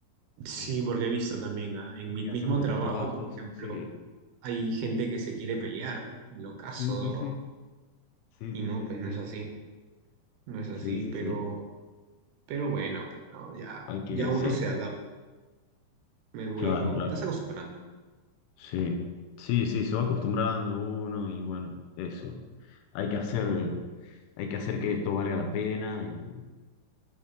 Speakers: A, on the right; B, on the left.
A: Sí,
B: eh,
A: porque he visto también, ¿ah? En
B: gente
A: mi
B: que hacemos
A: mismo trabajo,
B: estos trabajos,
A: por ejemplo,
B: sí,
A: hay gente que se quiere pelear, lo caso,
B: sí, sí,
A: de verdad.
B: sí. Sí,
A: Y
B: sí,
A: no,
B: sí,
A: pues
B: sí,
A: no
B: sí.
A: es así, no es así,
B: Sí, sí,
A: pero,
B: sí.
A: pero bueno, pues no, ya,
B: Hay que,
A: ya uno
B: sí,
A: se adapta. Me voy,
B: claro,
A: me voy.
B: claro.
A: Estás acostumbrando.
B: Sí, sí, sí, se va acostumbrando uno y bueno, eso. Hay que hacer, hay que hacer que esto valga la pena y